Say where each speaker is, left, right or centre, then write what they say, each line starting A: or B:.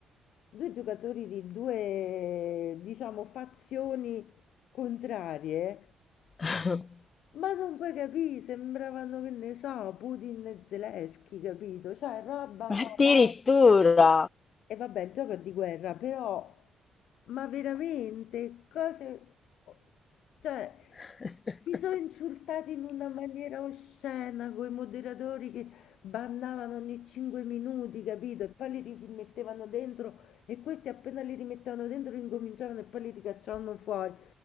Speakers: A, on the left; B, on the left.
A: due giocatori di due, diciamo, fazioni contrarie
B: <laughs>
A: ma non puoi capì, sembravano, che ne so, Putin e Zelensky, capito? Cioè, roba
B: addirittura.
A: da pazzi. E vabbè, il gioco è di guerra, però, ma veramente, cose... Cioè,
B: <laughs>
A: si sono insultati in una maniera oscena con i moderatori che bannavano ogni 5 minuti, capito? E poi li rimettevano dentro e questi appena li rimettevano dentro incominciavano e poi li ricacciavano fuori.